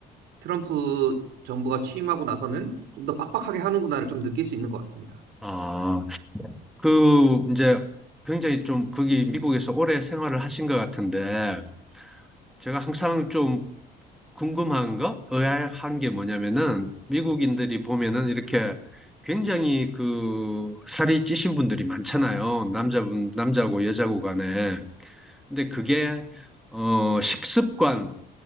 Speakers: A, on the right; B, in the centre.
A: 트럼프 정부가 취임하고 나서는 좀 더 빡빡하게 하는구나를 좀 느낄 수 있는 것 같습니다.
B: 아, 그 이제 굉장히 좀 거기 미국에서 오래 생활을 하신 것 같은데 제가 항상 좀 궁금한 거, 의아한 게 뭐냐면은 미국인들이 보면은 이렇게 굉장히 그 살이 찌신 분들이 많잖아요. 남자분, 남자고 여자고 간에. 근데 그게 어 식습관